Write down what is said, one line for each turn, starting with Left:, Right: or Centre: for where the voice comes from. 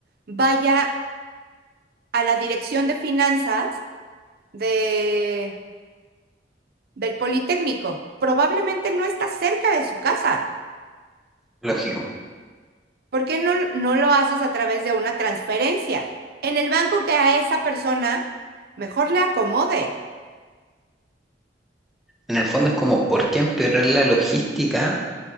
Right: vaya a la dirección de finanzas de, del Politécnico? Probablemente no está cerca de su casa.
Centre: Lógico.
Right: ¿Por qué no, no lo haces a través de una transferencia? En el banco que a esa persona mejor le acomode.
Centre: En el fondo es como, ¿por qué empeorar la logística